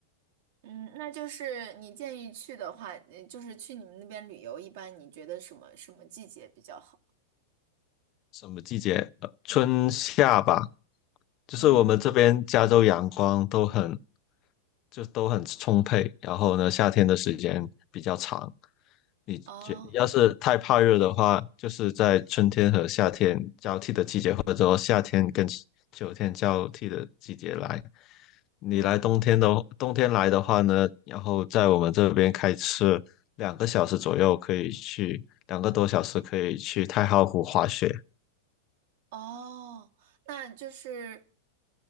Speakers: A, on the right (about 60°); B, on the left (about 40°).
A: 嗯，那就是你建议去的话，呃就是去你们那边旅游，一般你觉得什么什么季节比较好？
B: 什么季节？呃，春夏吧，
A: 嗯
B: 就是我们这边加州阳光都很
A: 嗯，
B: 就都很充沛，然后呢，夏天的时间比较长。你觉要是太怕热的话，
A: 哦
B: 就是在春天和夏天交替的季节，或者说夏天跟秋秋天交替的季节来。你来冬天的冬天来的话呢，
A: 嗯
B: 然后在我们这边开车两个小时左右可以去，两个多小时可以去太浩湖滑雪。
A: 哦，那就是